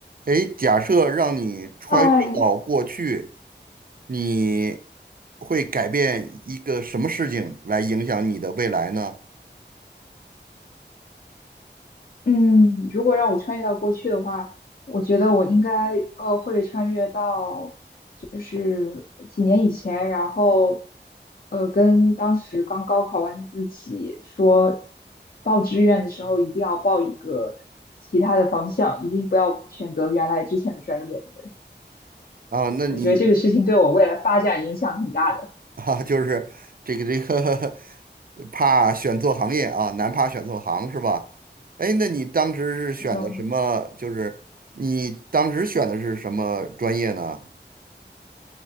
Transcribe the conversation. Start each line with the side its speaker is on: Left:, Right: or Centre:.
Right: 诶，假设让你穿越到过去，
Left: 嗨，
Right: 你会改变一个什么事情来影响你的未来呢？
Left: 嗯，如果让我穿越到过去的话，我觉得我应该呃会穿越到就是呃几年以前，然后呃跟当时刚高考完的自己说，报志愿的时候一定要报一个其他的方向，一定不要选择原来之前的专业。对，
Right: 啊，那你
Left: 我觉得这个事情对我未来发展影响挺大的。
Right: <laughs> 啊，就是这个这个 <laughs> 怕选错行业啊，难怕选错行是吧？诶，那你当时是选的什么？
Left: <laughs>
Right: 就是你当时选的是什么专业呢？